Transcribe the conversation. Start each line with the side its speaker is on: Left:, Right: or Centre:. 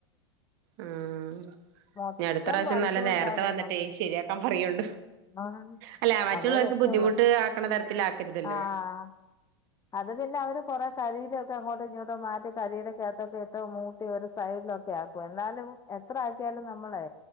Right: ആഹ്
Left: മൊത്തം
Right: ഞ്ഞട്ത്തറാശ്യം
Left: പഴുത്ത്
Right: നല്ല
Left: പഴുത്താണ്
Right: നേറ്ത്തെ വന്നിട്ടേ ശെരിയാക്കാം പറയാേണ്ടു
Left: വീണത്
Right: അല്ല മറ്റ്ള്ളവർക്ക്
Left: അതേ രക്ഷയുള്ളൂ
Right: ബുദ്ധിമുട്ട് ആക്ക്ണ തരത്തിലാക്കര്തല്ലോ
Left: ആഹ് അത് പിന്നെ അവര് കൊറെ കരിയിലൊക്കെ അങ്ങോട്ടും ഇങ്ങോട്ടോ മാറ്റി കരിയില ക്കത്ത് റ്റോ മൂട്ടി ഒരു സൈഡിലൊക്കെ ആക്കും എന്നാലും എത്ര ആക്കിയാലും നമ്മളെ